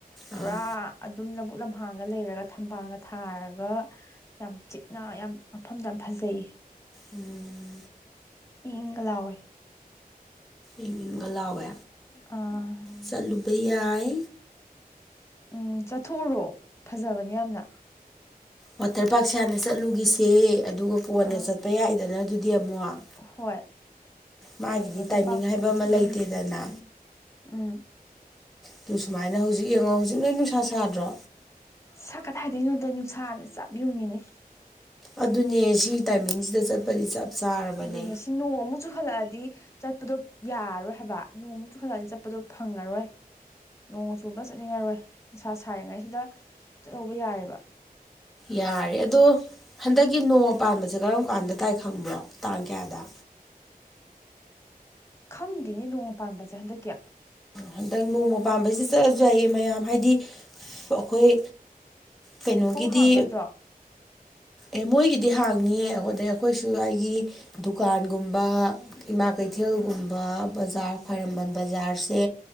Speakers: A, on the left; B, in the centre.
A: ꯄꯨꯔꯥ
B: ꯑꯥ ꯎꯝ
A: ꯑꯗꯨꯝ ꯂꯕꯨꯨꯛ ꯂꯝꯍꯥꯡꯒ ꯂꯩꯔꯒ ꯊꯝꯕꯥꯜꯒ ꯊꯔꯒ ꯌꯥꯝ ꯆꯤꯛꯅ ꯌꯥꯝ ꯃꯐꯝꯗꯣ ꯌꯥꯝ ꯐꯖꯩ
B: ꯎꯝ
A: ꯏꯪꯏꯪꯒ ꯂꯥꯎꯏ
B: ꯏꯪꯏꯪꯒ ꯂꯥꯎꯋꯦ
A: ꯑꯥ
B: ꯆꯠꯂꯨꯕ ꯌꯥꯏ
A: ꯎꯝ ꯆꯠꯊꯣꯛꯎꯔꯣ ꯐꯖꯕꯅꯦ ꯌꯥꯝꯅ
B: ꯋꯥꯇꯔ ꯄꯥꯛꯁꯦ ꯍꯥꯟꯅ ꯆꯠꯂꯨꯒꯤꯁꯦ ꯑꯗꯨꯒ ꯀꯣꯟꯅ
A: ꯑꯥ
B: ꯆꯠꯄ ꯌꯥꯏꯗꯅ ꯑꯗꯨꯗꯤ ꯑꯃꯨꯛ
A: ꯍꯣꯏ
B: ꯃꯥꯒꯤꯗꯤ
A: ꯌꯥꯏ ꯋꯥꯇꯔ
B: ꯇꯥꯏꯃꯤꯡ
A: ꯄꯥꯔꯛꯇꯨꯅꯤ
B: ꯍꯥꯏꯕ ꯑꯃ
A: ꯆꯠꯅꯤꯡꯉꯤꯁꯦ
B: ꯂꯩꯇꯦꯗꯅ
A: ꯎꯝ
B: ꯇꯨ ꯁꯨꯃꯥꯏꯅ ꯍꯧꯖꯤꯛ ꯌꯦꯡꯉꯣ ꯍꯧꯖꯤꯛ ꯅꯣꯏ ꯅꯨꯡꯁꯥ ꯁꯥꯗ꯭ꯔꯣ
A: ꯁ ꯀꯗꯥꯏꯗꯩꯅꯣꯗ ꯅꯨꯡꯁꯥꯅ ꯆꯞ ꯌꯨꯡꯉꯤꯅꯦ
B: ꯑꯗꯨꯅꯦ ꯁꯤ ꯇꯥꯏꯃꯤꯡꯁꯤꯗ ꯆꯠꯄꯗꯤ ꯆꯞ ꯆꯥꯔꯕꯅꯦ
A: ꯑꯗꯨꯅꯦ ꯁꯤ ꯅꯣꯡ ꯑꯃꯨꯛ ꯆꯨ ꯆꯨꯈꯠꯂꯛꯑꯗꯤ ꯆꯠꯄꯗꯣ ꯌꯥꯔꯣꯏ ꯍꯥꯏꯕ ꯅꯣꯡ ꯆꯨꯈꯠꯂꯛꯑꯗꯤ ꯆꯠꯄꯗꯣ ꯐꯪꯉꯔꯣꯏ ꯅꯣꯡ ꯆꯨꯕ ꯆꯠꯅꯤꯡꯉꯔꯣꯏ ꯅꯁꯥ ꯁꯥꯔꯤꯉꯩꯁꯤꯗ ꯆꯠꯍꯧꯕ ꯌꯥꯔꯦꯕ
B: ꯌꯥꯔꯦ ꯑꯗꯣ ꯍꯟꯗꯛꯀꯤ ꯅꯣꯡꯃ ꯄꯥꯟꯕꯁꯦ ꯀꯔꯝ ꯀꯥꯟꯗ ꯇꯥꯏ ꯈꯪꯕ꯭ꯔꯣ ꯇꯥꯡ ꯀꯌꯥꯗ
A: ꯈꯪꯗꯦꯅꯦ ꯅꯣꯡꯃ ꯄꯥꯟꯕꯁꯦ ꯍꯟꯗꯛꯀꯤ
B: ꯍꯟꯗꯛ ꯅꯣꯡꯃ ꯄꯥꯟꯕꯥꯝꯕꯩꯖꯤ ꯆꯠꯂꯁꯨ ꯌꯥꯏꯑ ꯃꯌꯥꯝ ꯍꯥꯏꯗꯤ ꯑꯩꯈꯣꯏ ꯀꯩꯅꯣꯒꯤꯗꯤ
A: ꯊꯣꯡ ꯍꯥꯡꯒꯗ꯭ꯔꯣ
B: ꯑꯦ ꯃꯣꯏꯒꯤꯗꯤ ꯍꯥꯡꯅꯤꯌꯦ ꯑꯣꯗꯦ ꯑꯩꯈꯣꯏꯁꯨ ꯑꯩꯒꯤ ꯗꯨꯀꯥꯟꯒꯨꯝꯕ ꯏꯃꯥ ꯀꯩꯊꯦꯜꯒꯨꯝꯕ ꯕꯖꯥꯔ ꯈ꯭ꯋꯥꯏꯔꯝꯕꯟ ꯕꯖꯥꯔꯁꯦ